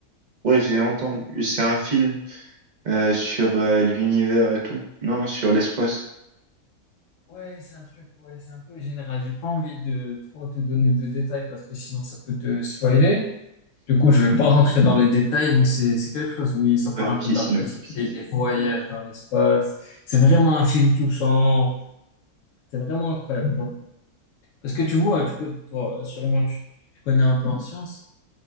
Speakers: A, on the right; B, on the left.
A: ouais j'ai entendu c'est un film euh, sur euh, l'univers et tout non sur l'espace
B: Ouais, c'est un truc, ouais, c'est un peu général. J'ai pas envie de trop te donner de détails parce que sinon ça peut te spoiler. Du coup, je vais pas rentrer dans les détails, mais c'est c'est quelque chose, oui, ça parle
A: ouais un
B: un
A: petit
B: peu de la
A: synopsis
B: relativité, des voyages dans l'espace. C'est vraiment un film touchant. C'est vraiment incroyable. genre. Parce que tu vois, du coup, toi, sûrement, tu, tu connais un peu en science.